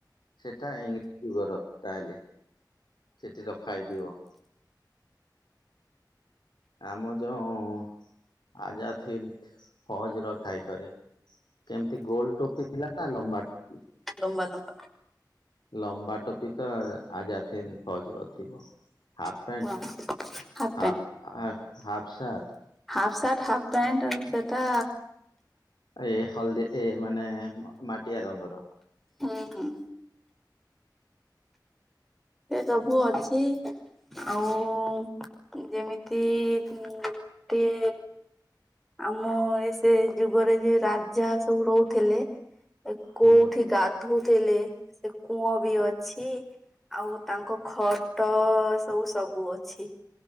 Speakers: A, on the left (about 70°); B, in the centre.
A: ସେଇଟା <unintelligible> ଯୁଗର ତାହେଲେ ସେଠି ରଖା ହେଇଥିବ। ଆମ ଯୋଉଁ ଉଁ -ଉଁ ଆଜାଦ୍ ହିନ୍ଦ୍ ଫୌଜ୍ ର ଥାଇପାରେ। କେମିତି ଗୋଲ୍ ଟୋପି ଥିଲା ନା ଲମ୍ବା ଟୋପି?
B: ଲମ୍ବା ଲମ୍ବା।
A: ଲମ୍ବା ଟୋପି ତ ଆଜାଦ୍ ହିନ୍ଦ୍ ଫୌଜ୍ ର ଥିବ। ହାପ୍
B: ଲମ୍ବା
A: ପ୍ୟାଣ୍ଟ୍
B: ହାଫ
A: ହାପ୍ ଆ half shirt
B: half shirt half pant ଉ ସେଟା
A: ଏ ହଲ୍ଦି ଏ ମାନେ ମାଟିଆ ରଙ୍ଗର।
B: ହୁଁ ହୁଁ ଏ ସବୁ ଅଛି ଆଉ ଉଁ -ଉଁ ଯେମିତି ଉଁ ଟିଏ। ଆମ ଏ ସେ ଯୁଗରେ ଯେ ରାଜା ସବୁ ରହୁଥିଲେ ଏ କୋଉଠି
A: ହୁଁ
B: ଗାଧଉଥିଲେ ସେ କୂଅଁ ବି ଅଛି। ଆଉ ତାଙ୍କ ଖଟ ସବୁ ସବୁ ଅଛି